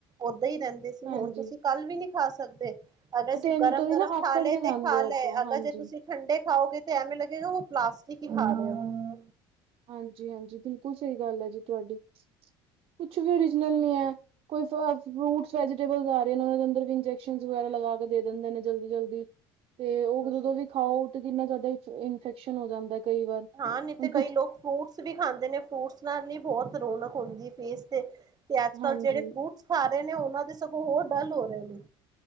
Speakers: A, on the right; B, on the right.
A: ਓਦਾਂ ਈ ਰੈਂਦੇ ਸੀ,
B: ਹਾਂਜੀ।
A: ਹੋਨ ਤੁਸੀਂ ਕਾੱਲ ਵੀ ਨੀ ਖਾ ਸਕਦੇ। ਅਗਰ
B: ਉਹ ਤੇ
A: ਅ
B: ਇੰਝ
A: ਗਰਮ,
B: ਉਤੋਂ ਦੀ
A: ਗਰਮ
B: ਨਾ ਆਕੜ
A: ਖਾ ਲੇ
B: ਕੇ ਜਾਂਦੇ
A: ਤੇ ਖਾ
B: ਆ
A: ਲਏ,
B: ਉਤੋਂ
A: ਅਗਰ
B: ਹਾਂਜੀ।
A: ਜੇ ਤੁਸੀ ਠੰਡੇ ਖਾਓਗੇ ਤੇ ਐਵੇਂ ਲੱਗੇਗਾ, ਓਹ ਪਲਾਸਟਿਕ ਈ ਖਾ ਰਏ ਓ।
B: ਹਾਂਜੀ, ਹਾਂਜੀ ਬਿਲਕੁਲ ਸਈ ਗਾੱਲ ਐ ਜੀ ਤੁਆਡੀ, ਕੁਛ ਵੀ ਓਰੀਜਨਲ ਨੀ ਐ। ਕੋਈ ਫ, ਫ੍ਰੂਟਸ ਵੈਜੀਟੇਬਲਸ ਆਰੇ ਓਦੇ ਅੰਦਰ ਵੀ ਇੰਜੈਕਸ਼ਨ ਵਗੈਰਾ ਲਗਾ ਕੇ ਦੇ ਦੇਂਦੇ ਨੇ ਜਲਦੀ ਜਲਦੀ। <inaudible> ਤੇ ਓ
A: ਹਮ
B: ਜਦੋਂ ਵੀ ਖਾਓ ਤੇ ਜਿਨਾ ਤੂਆਡੇ ਚ ਇਨਫੈਕਸ਼ਨ ਹੋ ਜਾਂਦੈ ਕਈ ਵਾਰ,
A: ਹਾਂ ਨਹੀਂ
B: ਹੁਨ
A: ਤੇ ਕਈ ਲੋਕ ਫ੍ਰੂਟਸ ਵੀ ਖਾਂਦੇ ਨੇ, ਫ੍ਰੂਟਸ ਨਾਲ ਹੀ ਬੋਹਤ ਰੋਣਕ ਹੋਂਦੀ ਫੇਸ ਤੇ। ਤੇ ਅੱਜ-ਕੱਲ
B: ਹਾਂਜੀ।
A: ਜੇੜੇ ਫ੍ਰੂਟਸ ਖਾ ਰਏ ਨੇ, ਓਨਾਂ ਦੇ ਸਗੋਂ ਹੋਰ ਡੱਲ ਹੋ ਰਏ ਨੇ।